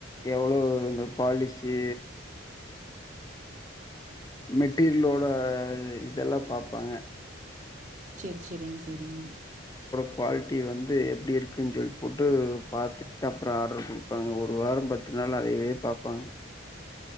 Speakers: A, on the left; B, on the right.
A: எவ்ளோ இந்த பாலிசி மெட்டீரிலோட இதெல்லா பாப்பாங்க
B: செரி செரிங்க செரிங்க
A: க்வாலிட்டி வந்து எப்டி இருக்குன் சொல்லி போட்டு பாத்துட்டு அப்புற ஆட்ரு குடுப்பாங்க ஒரு வார பத்து நாள்ல அதயே பாப்பாங்க